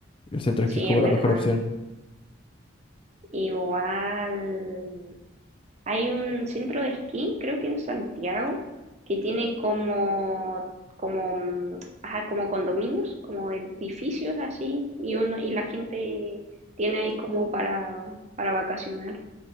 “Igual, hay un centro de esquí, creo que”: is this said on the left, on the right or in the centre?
Right